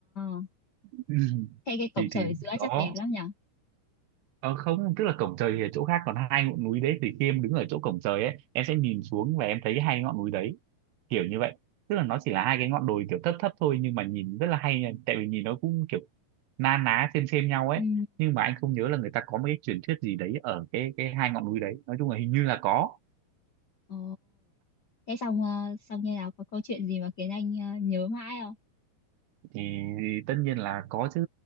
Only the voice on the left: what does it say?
à
thế cái cổng
trời
giữa
chắc đẹp lắm nhỉ
ừ
Ồ, thế xong ờ, xong như nào có câu chuyện gì mà khiến anh ờ, nhớ mãi không?